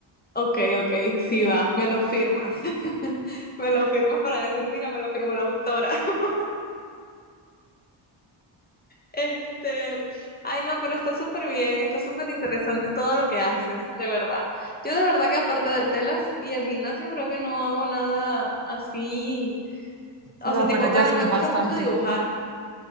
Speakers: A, on the left; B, on the right.
A: Ok, ok, sí va, me lo firmas. <laughs> Me lo firmas para decir, mira, me lo firmó la autora. <laughs> Este, ay no, pero está súper bien, está súper interesante todo lo que haces, de verdad. Yo de verdad que aparte de telas y el gimnasio creo que no hago nada así.
B: No,
A: O sea, tipo,
B: pero ya
A: bueno,
B: haces
A: me gusta
B: bastante
A: mucho dibujar.